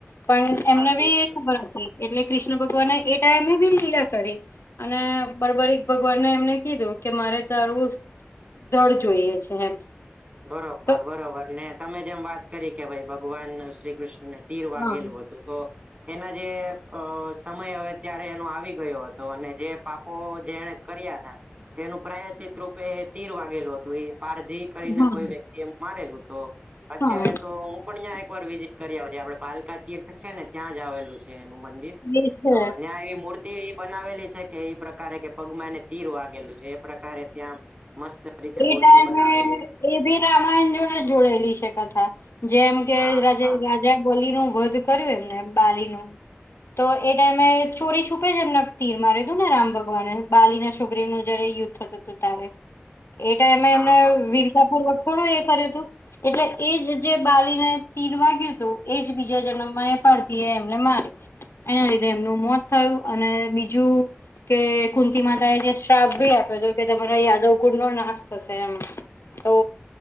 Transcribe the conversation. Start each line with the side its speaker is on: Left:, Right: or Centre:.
Left: પણ એમને
Right: બિલકુલ
Left: બી. ખબર એટલે કૃષ્ણ ભગવાનને એ ટાઈમે બી લીલા કરી. અને બરબરિક ભગવાનને એમને કીધું કે મારે તારું. દડ જોઈએ છે એમ
Right: બરોબર
Left: તો
Right: બરોબર ને તમે જેમ વાત કરી કે ભાઈ ભગવાન શ્રી કૃષ્ણ ને તીરવાગેલ
Left: હા
Right: બ હતું તો એના જે સમય હવે ત્યારે એનો આવી ગયો હતો અને જે પાપો જેને. કર્યા હતા તેનું પ્રાયશિત રૂપે એ તીર વાગેલું હતું એ પાર્ધિક. કરીને
Left: હા
Right: કોઈ વ્યક્તિ એ મારેલું તો અત્યારે
Left: હા
Right: તો હું. પણ ત્યાં એક વાર વિઝિટ કર્યા આપડ પાલકા તીર્થ છે ને ત્યાં જ આવેલું છે. એનું મંદિર
Left: એ છે
Right: તો ત્યાં એવી મૂર્તિ એ બનાવેલી છે. કે એ પ્રકારે કે પગમા ને તીર વાગેલું છે એ પ્રકારે ત્યાં મસ્ત. રીતે
Left: એ
Right: મૂર્તિ
Left: તમે.
Right: બનાવેલી છે
Left: એ ભી રામાયણ જોડે જોડેલી છે કથા જેમ કે.
Right: હા હા
Left: જ બોલીનું વધ કર્યું એમને બાળનું. તો એ ટાઈમે ચોરી છૂપે જ એમને તીર મારી દું ને રામ ભગવાને બાલી ના છોગરીનું. જ યુદ્ધ થતું હતું ત એ ટાઈમે
Right: હા
Left: એમ
Right: હા
Left: વીરતા પૂર્વક થોડું એ કર્યું હતું. એટલે એજ જે બાલીને તીરવા ગયું હતું એજ બીજા જેમને મ પડતી એ એમને માર્યું. એના લીધે એમનું મોત થયું અને બીજું. કે કુંંત માતા એ જે શ્રાપ ભી આપ્યો હતો કે તમારા યાદવ કુંડો ના. ના થશે એમ તો.